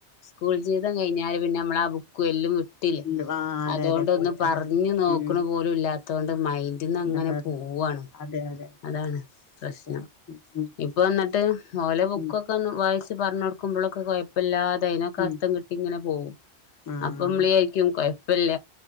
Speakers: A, on the left; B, on the left.
A: സ്കൂൾ ജീവിതം കഴിഞ്ഞാല് പിന്നെ നമ്മള ആ ബുക്കും എല്ലാം വി ട്ടേ
B: ഉം ആഹ് അതെ
A: അതുകൊണ്ടൊന്ന്
B: അതെ പോയി
A: പറഞ്ഞു
B: അതെ
A: നോക്കണ
B: ഉം
A: പോലും ഇല്ലാത്ത കൊണ്ട് മൈന്റിന്ന്
B: ഉം
A: അങ്ങനെ
B: അതെ അതെ
A: പോവാണ്
B: അതെ അതെ അതെ
A: അതാണ് പ്രശ്നം
B: ശരിയാണ് ഉം ഉം
A: ഇപ്പൊ വന്നിട്ട് മലെ ബുക്കൊക്കെ
B: ഉം
A: ഒ വായിച്ച പറഞ്ഞ കൊടുക്കുമ്പോഴൊക്കെ കുഴപ്പമില്ലാ തിനൊക്കെ
B: ഉം
A: അർത്ഥം കിട്ടി ഇങ്ങനെ പോകും
B: ആഹ്
A: അപ്പൊമ്മ്ളിയായിരിക്കും
B: അതെ
A: വല്ല